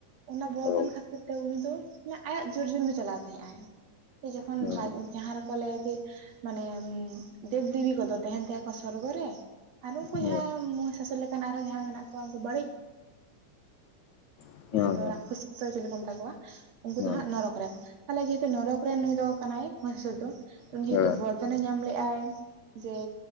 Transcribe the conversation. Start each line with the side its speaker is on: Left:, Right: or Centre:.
Right: ᱚᱱᱟ ᱵᱚᱨᱫᱟᱱ
Left: ᱚ
Right: ᱠᱷᱟᱹᱛᱤᱨ ᱛᱮ ᱩᱱᱤ ᱫᱚ ᱟᱭᱟᱜ ᱡᱚᱨᱡᱚᱱᱮ ᱪᱟᱞᱟᱣ ᱛᱟᱦᱮᱸᱜ ᱟᱭ ᱡᱚᱠᱷᱚᱱ
Left: ᱦᱮᱸ ᱦᱮᱸ
Right: <unintelligible> ᱡᱟᱦᱟᱸ ᱨᱮᱼᱼ <unintelligible> ᱢᱟᱱᱮ ᱫᱮᱵ ᱫᱮᱵᱤ ᱠᱚᱫᱚ ᱛᱟᱦᱮᱱ ᱛᱟᱦᱮᱸ ᱠᱚ ᱥᱚᱨᱜᱚ ᱨᱮ ᱟᱨ ᱩᱱᱠᱩ
Left: ᱦᱮᱸ ᱦᱮᱸ
Right: ᱡᱟᱦᱟᱸᱭ ᱢᱚᱦᱤ ᱥᱟᱥᱩᱨ ᱞᱮᱠᱟᱱ ᱟᱨᱦᱚᱸ ᱡᱟᱦᱟᱸᱭ ᱢᱮᱱᱟᱜ ᱠᱚᱣᱟ ᱩᱱᱠᱩ ᱵᱟᱹᱲᱤᱡ
Left: ᱦᱮᱸ
Right: ᱡᱟᱦᱟᱸ ᱫᱚ
Left: ᱦᱮᱸ
Right: ᱨᱟᱠᱠᱚᱷᱥ ᱠᱩ ᱥᱮ ᱪᱤᱞᱤ ᱠᱚ ᱢᱮᱛᱟ ᱠᱚᱣᱟ ᱩᱱᱠᱩ ᱫᱚ ᱦᱟᱸᱜ
Left: ᱦᱮᱸ
Right: ᱱᱚᱨᱚᱠ <unintelligible> ᱛᱮ ᱡᱮ ᱦᱮᱛᱩ ᱱᱚᱨᱚᱠ ᱨᱮᱱ ᱱᱩᱭ ᱫᱚ ᱠᱟᱱᱟᱭ ᱢᱩᱦᱤᱥᱟᱥᱩᱨ ᱫᱚ ᱩᱱᱤ
Left: ᱦᱮᱸ
Right: ᱡᱮ ᱦᱮᱛᱩᱼᱼ
Left: ᱦᱮᱸ
Right: <unintelligible> ᱧᱟᱢ ᱞᱮᱜᱟᱭ ᱡᱮ